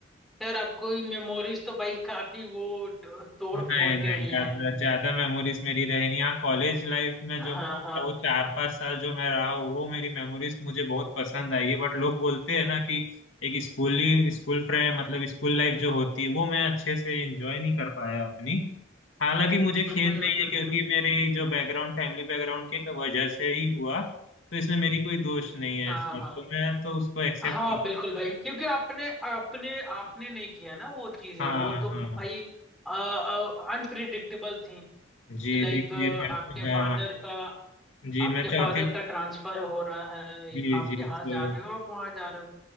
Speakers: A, in the centre; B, on the left.
A: यार आपको मेमोरीज तो भाई काफी वो तोड़
B: नहीं
A: फोड़
B: नहीं
A: के रही
B: ज्यादा
A: हैं
B: ज्यादा मेमोरीज मेरी रही नहीं हाँ कॉलेज लाइफ में
A: हाँ
B: जो मैं
A: हाँ
B: वो चार पांच साल जो मैं रहा हूँ वो मेरी मेमोरीज मुझे बहुत पसंद आई है बट लोग बोलते हैं ना कि एक स्कूली स्कूल फ्रेंड मतलब स्कूल लाइफ जो होती है वो मैं अच्छे से एंजॉय नहीं कर पाया अपनी हालांकि मुझे खेद
A: हम्म हम्म
B: नहीं है क्योंकि
A: हम्म
B: मेरी जो बैकग्राउंड फैमिली बैकग्राउंड के वजह से ही हुआ तो इसमें मेरी कोई दोष नहीं है
A: हाँ
B: सर
A: हाँ
B: तो मैं तो उसको एक्सेप्ट
A: हाँ बिल्कुल भाई क्योंकि आपने आपने आपने नहीं किया ना वो चीजें
B: हाँ
A: वो तो
B: हाँ
A: भाई अनप्रिडिक्टेबल थी कि
B: जी
A: लाइक
B: देखिए
A: आपके
B: मैं
A: फादर
B: हाँ
A: का
B: जी
A: आपके
B: मैं चौथी
A: फादर का ट्रांसफर हो रहा है
B: जी
A: आप
B: जी
A: यहाँ
B: तो
A: जा रहे हो आप वहां जा रहे हो